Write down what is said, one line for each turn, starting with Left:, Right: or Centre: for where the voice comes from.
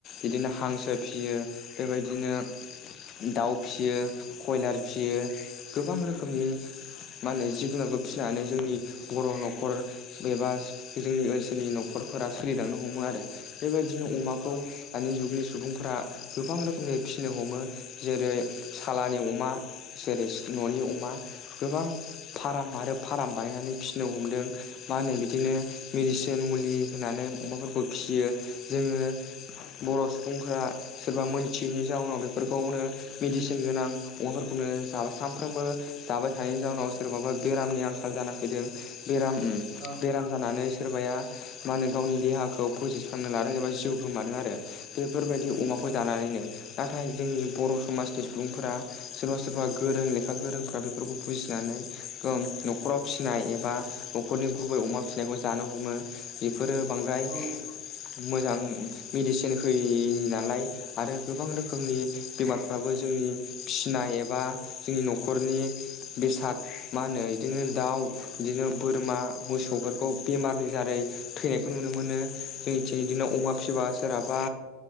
Left: इदिनो हांसो फियो बेबायदिनो दाउ फिसियो कयलार बियो गोबां रोखोमनि मा होनो जिब जुनारखौ फिसिनानै जोंनि बर' नखर एबा जोंनि ओनसोलनि नखरफोरा सा खुलिलांनो हमो आरो बेबायदि बिदिनो अमाखौ
Right: औ
Left: दानि जुगनि सुबुंफोरा गोबां रोखोमनि फिसिनो हमो जेरै सालानि अमा जेरै सि ननि अमा गोबां फार्म आरो फार्म बानायनानै फिसिनो हमदों मा होनो बिदिनो मेडिसिन मुलि होनानै अमाफोरखौ फिसियो जोंङो बर' सुबुंफोरा सोरबा मोनथियैनि जाउनाव बेफोरखौनो मेडिसिन गोनां अमाफो नो जाबाय सानफ्रोमबो जाबाय थानायनि जाउनाव सोरबाबा बेरामनि आंखाल जाना फैदों। बेराम उम
Right: औ
Left: बेराम जानानै सोरबाया मा होनो गावनि देहाखौ फोजोबस्रांनो लादों एबा जिउ गोमादों आरो बेफोरबायदि अमाखौ जानानैनो नाथाय जोंनि बर' समाजनि सुबुंफोरा सोरबा सोरबा गोरों लेखा गोरोंफ्रा बेफोरखौ बुजिनानै नखराव फिसिनाय एबा नखरनि गुबै अमा फिसिनायखौ जानो हमो बेफोर फोरो बांद्राय
Right: औ उम
Left: मोजां मेडिसिन होयि नालाय आरो गोबां रोखोमनि बेमारफ्राबो जोंनि फिसिनाय एबा जोंनि नखरनि बेसाद मा होनो बिदिनो दाव बिदिनो बोरमा मोसौफोरखौ बेमारनि जारै थैनायखौ नुनो मोनो। जोंनिथिं इदिनो अमा फिबा सोरहाबा